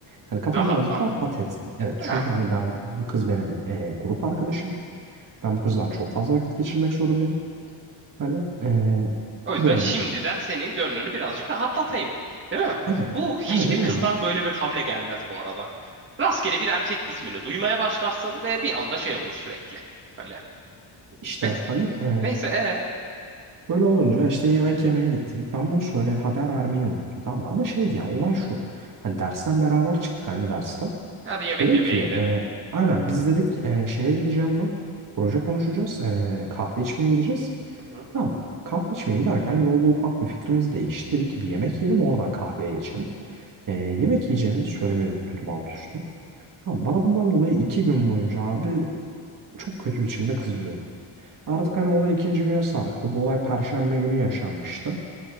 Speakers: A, on the right; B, on the right.
A: Hani kafam
B: Rahatla.
A: birazcık daha rahat etsin. Evet
B: Ha.
A: çünkü hani ben bu kız benim e, grup arkadaşım. Ben bu kızdan çok fazla vakit geçirmek zorundayım. Hani e,
B: O
A: haberim
B: yüzden şimdiden
A: olsun.
B: senin gönlünü birazcık rahatlatayım. Değil mi?
A: Evet
B: Bu hiçbir
A: aynen
B: kızdan
A: öyle.
B: böyle bir hamle gelmez bu arada. Rastgele bir erkek ismini duymaya başlarsın ve bir anda şey olur sürekli. Öyle.
A: İşte
B: Neyse,
A: hani e,
B: neyse ee,
A: Böyle olunca işte yemek yemeye gittik. Ben bunu söyle haber vermeyi unuttum tamam mı? Ama şeydi ya olay şu. Hani dersten beraber çıktık aynı dersten.
B: hadi yemek
A: Dedim
B: yemeye
A: ki e,
B: gidelim.
A: aynen biz dedik e, şeye gideceğim ben. Proje konuşacağız. E, kahve içmeye gideceğiz.
B: Hı hı.
A: Tamam. mı? Kahve içmeye giderken yolda ufak bir fikrimiz değişti. Dedik ki bir yemek yiyelim oradan kahveye geçelim. E, yemek yiyeceğimizi söylemeyi unuttum alt üstü. Tamam, bana bundan dolayı iki gün boyunca abi çok kötü biçimde kızıyordu. Artık hani olay ikinci güne sarktı. Bu olay Perşembe günü yaşanmıştı.